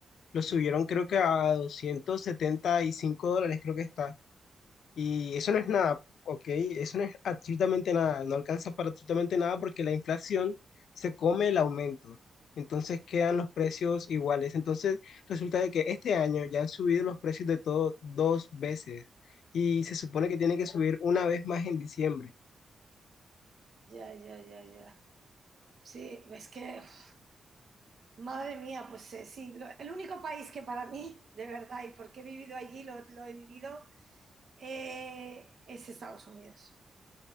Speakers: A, on the left (about 75°); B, on the right (about 60°).
A: lo subieron creo que a 275 dólares, creo que está. Y eso no es nada, ¿ok? Eso no es absolutamente nada, no alcanza para absolutamente nada porque la inflación se come el aumento. Entonces quedan los precios iguales. Entonces resulta de que este año ya han subido los precios de todo dos veces y se supone que tiene que subir una vez más en diciembre.
B: Ya, ya, ya, ya. ya. Sí, es que, uf, madre mía, pues eh, sí, lo- el único país que para mí, de verdad, y porque he vivido allí, lo, lo he vivido, eh, es Estados Unidos,